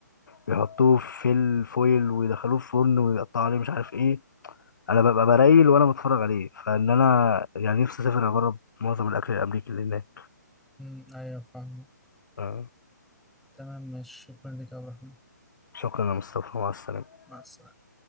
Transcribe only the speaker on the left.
بيحطوه في الفويل ويدخلوه في فرن ويقطعوا عليه مش عارف ايه انا ببقى برايل وانا بتفرج عليه فان انا يعني نفسي اسافر اجرب معظم الاكل الامريكي اللي هناك
آه،
شكرا يا مصطفى مع السلامه